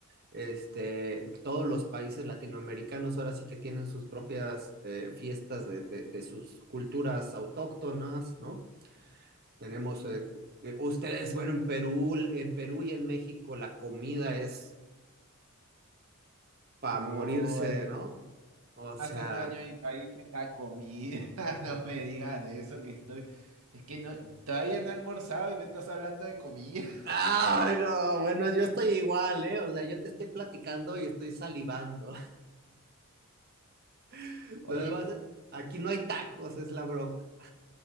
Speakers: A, on the right; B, on the right.
A: este, todos los países latinoamericanos ahora sí que tienen sus propias eh, fiestas de, de- de sus culturas autóctonas, ¿no? Tenemos, eh, eh, ustedes, bueno, en Perú, en Perú y en México la comida es para
B: oh,
A: morirse,
B: hermano,
A: ¿no? O sea,
B: más extraño de mi país es la comida. <laughs> No me digas de eso que estoy... Es que no, todavía no he almorzado y me estás hablando de comida. <laughs>
A: ay, no, bueno, yo estoy igual, ¿eh? O sea, yo te estoy platicando y estoy salivando. <laughs>
B: oye
A: Lo demás, es- aquí no hay tacos, es la bronca.